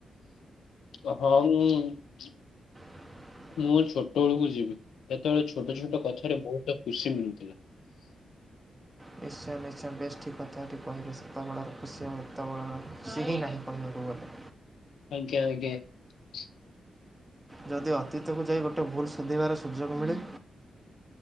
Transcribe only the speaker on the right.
<inaudible>
ନିଶ୍ଚୟ ନିଶ୍ଚୟ। ବେଶ୍ ଠିକ୍ କଥା ଟି କହିଲେ। ସେତେବେଳର ଖୁସି ଆଉ ଏତେବେଳର ଖୁସି ହିଁ ନାହିଁ କହିବାକୁ ଗଲେ।
ଯଦି ଅତୀତକୁ ଯାଇ, ଗୋଟେ ଭୁଲ ସୁଧିବାର ସୁଯୋଗ ମିଳେ?